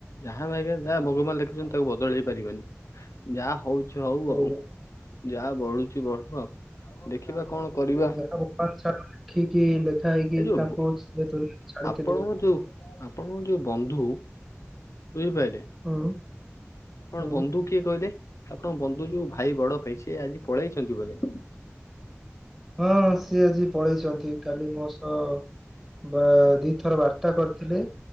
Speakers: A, on the left (about 80°); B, in the centre.
A: ଯାହା ଭାଗ୍ୟ ରେ ଯାହା ଭଗବାନ ଲେଖିଛନ୍ତି ତାକୁ ବଦଳେଇ ପାରିବାନି, ଯାହା ହଉଛି ହଉ
B: ସେଇ
A: ଆଉ। ଯାହା ବଢୁଛି ବଢୁ ଆଉ ଦେଖିବା କଣ କରିବା
B: ଯାହା ର <unintelligible> ଲେଖିକି ଲେଖା ହେଇକି
A: ଏ ଯୋଉ
B: ତାଙ୍କୁ
A: ବ-
B: ସେ ଦୁନିଆକୁ ଛାଡିଥିଲେ
A: ଆପଣଙ୍କ ଯୋଉ ଆପଣଙ୍କ ଯୋଉ ବନ୍ଧୁ ବୁଝିପାଇଲେ।
B: ହୁଁ
A: ଆପଣ
B: ହୁଁ
A: ବନ୍ଧୁ କିଏ କହିଲେ? ଆପଣଙ୍କ ବନ୍ଧୁ ଯୋଉ ଭାଇ ବଡ ଭାଇ ସେ ଆଜି ପଳେଇଛନ୍ତି ବୋଧେ।
B: ହଁ ସିଏ ଆଜି ପଳେଇଛନ୍ତି। କାଲି ମୋ ସହ ବା ଦିଥର ବାର୍ତ୍ତା କରିଥିଲେ